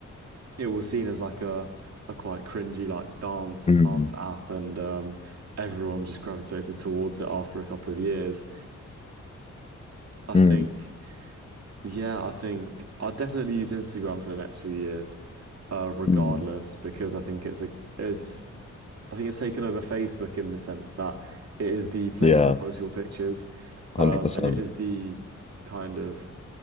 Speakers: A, on the right; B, on the left.
A: it was seen as like a a quite cringy like dance
B: mm,
A: dance app, and um, everyone just gravitated towards it after a couple of years. I think,
B: mm,
A: yeah, I think I'll definitely use Instagram for the next few years, uh, regardless,
B: mm.
A: because I think it's a it's I think it's taken over Facebook in the sense that it is the place
B: Yeah,
A: to post your pictures,
B: 100%.
A: um, and it is the kind of